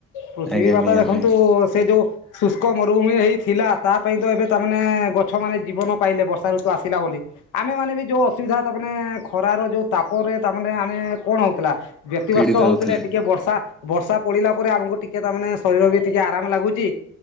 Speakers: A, on the left (about 80°); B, in the centre.
A: ପୃଥିବୀ
B: ଆଜ୍ଞା
A: ବା
B: ନିହାତି
A: ଦେଖନ୍ତୁ ସେ ଯୋଉ ଶୁଷ୍କ ମରୁଭୂମି ହେଇ ଥିଲା ତା ପାଇଁ ତ ଏବେ ତାମାନେ ଗଛ ମାନେ ଜୀବନ ପାଇଲେ ବର୍ଷା ଋତୁ ଆସିଲା ବୋଲି। ଆମେ ମାନେ ବି ଯୋଉ ଅସୁବିଧା ତା ମାନେ ଖରାର ଯୋଉ ତାପରେ ତାମାନେ ଆମେ କଣ ହଉଥିଲା। ବ୍ୟତିବ୍ୟସ୍ତ
B: ପୀଡିତ
A: ହୋଉଥିଲେ
B: ହଉଥିଲେ।
A: ଟିକେ ବର୍ଷା ବର୍ଷା ପଡିଲା ପରେ ଆମକୁ ଟିକେ ତାମାନେେ ଶରୀର ବି ଟିକେ ଆରାମ ଲାଗୁଚି।